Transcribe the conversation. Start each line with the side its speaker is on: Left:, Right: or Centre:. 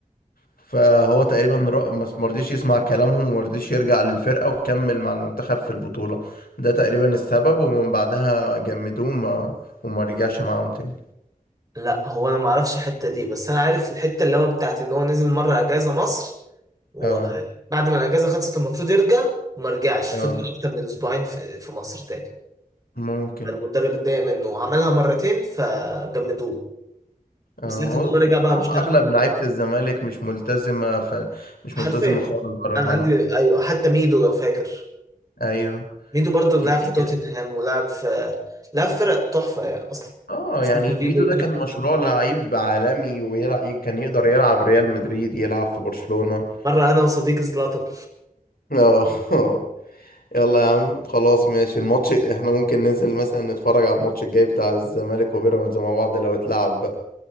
Left: فهو تقريبا را- ما مرضيش يسمع كلامهم وما رضيش يرجع للفرقة وكمل مع المنتخب في البطولة ده تقريبا السبب ومن بعدها جمدوه وما, وما رجعش معاهم تاني
Right: لا هو انا ما اعرفش الحته دي بس انا عارف الحته اللي هو بتاعت ان هو نزل مره اجازه مصر وبعد
Left: اه
Right: ما الاجازه خلصت المفروض يرجع وما رجعش
Left: اه
Right: فضل اكتر من اسبوعين في في مصر تاني
Left: ممكن
Right: المدرب اتضايق منه وعملها مرتين فجمدوه بالذات
Left: اه هو
Right: ان هو
Left: بصراحة
Right: رجع بقى مش هد...
Left: أغلب لعيبة الزمالك مش ملتزمة ف... مش
Right: حرفيا
Left: ملتزمة خالص بره
Right: انا
Left: الملعب
Right: عندي ايوه حتى ميدو لو فاكر
Left: أيوه
Right: ميدو برضو لعب
Left: كتير
Right: في توتنهام ولعب في لعب في فرق تحفه يعني اصلا
Left: اه
Right: بس
Left: يعني
Right: انت فيجو
Left: ميدو
Right: وتوتنهام
Left: ده كان مشروع لعيب عالمي ويلعب كان يقدر يلعب ريال مدريد يلعب في برشلونة
Right: مره انا وصديقي زلاطه
Left: اه <laughs> يلا يا عم خلاص ماشي الماتش احنا ممكن ننزل مثلا نتفرج على الماتش الجاي بتاع الزمالك وبيراميدز مع بعض لو اتلعب بقى